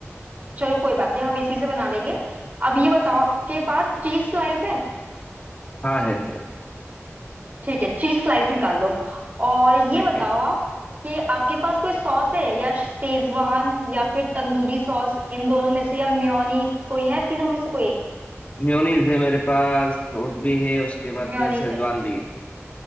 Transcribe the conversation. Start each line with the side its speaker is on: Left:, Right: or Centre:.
Right: चलो कोई बात नहीं हम इसी से बना लेंगे अब ये बताओ आपके पास चीज स्लाइस है
Left: हाँ है है
Right: ठीक है चीज स्लाइस निकाल लो और ये
Left: ठीक
Right: बताओ
Left: है
Right: आप कि आपके पास कोई सॉस है या शेजवान या फिर तंदूरी सॉस इन दोनों में से या मेयोनीज कोई है तीनों में से कोई एक
Left: मेयोनीज है मेरे पास सॉस भी है उसके बाद
Right: मेयोनीज
Left: शेजवान
Right: है
Left: भी है